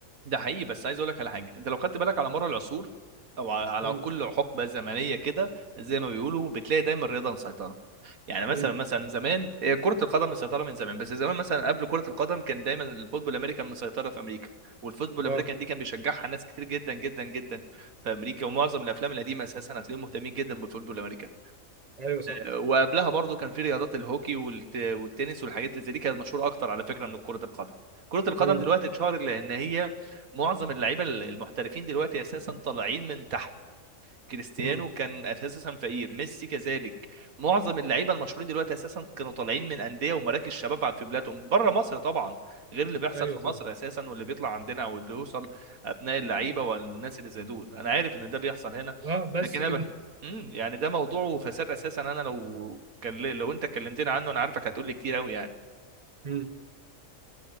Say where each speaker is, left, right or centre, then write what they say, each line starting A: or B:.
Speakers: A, on the right (about 85°); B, on the right (about 30°).
A: ده حقيقي بس عايز اقول لك على حاجه انت لو خدت بالك على مر العصور او ع- على
B: امم
A: كل حقبه زمنيه كده زي ما بيقولوا بتلاقي دايما الرياضه مسيطره يعني مثلا
B: امم
A: مثلا زمان هي كره القدم مسيطره من زمان بس زمان مثلا قبل كره القدم كان دايما الفوتبول الامريكان مسيطره في امريكا والفوتبول
B: اه
A: الامريكان دي كان بيشجعها ناس كتير جدا جدا جدا في امريكا ومعظم الافلام القديمه اساسا هتلاقيهم مهتمين جدا بالفوتبول الامريكان
B: ايوه صح
A: وقبلها برضو كان في رياضات الهوكي والت- والتنس والحاجات اللي زي دي كانت مشهوره اكتر على فكره من كره القدم كره القدم
B: امم
A: دلوقتي اتشهرت لان هي معظم اللعيبه المحترفين دلوقتي اساسا طالعين من تحت كريستيانو
B: امم
A: كان اساسا فقير ميسي كذلك معظم اللعيبه المشهورين دلوقتي اساسا كانوا طالعين من انديه ومراكز شباب في بلادهم بره مصر طبعا غير اللي بيحصل
B: ايوه
A: في مصر
B: طبعا
A: اساسا واللي بيطلع عندنا او اللي بيوصل ابناء اللعيبه والناس اللي زي دول انا عارف ان ده بيحصل هنا
B: اه بس
A: لكن انا
B: كده
A: بك... مم، يعني ده موضوع وفساد اساسا انا لو كان لو انت كلمتني عنه انا عارفك هتقول لي كتير قوي يعني
B: امم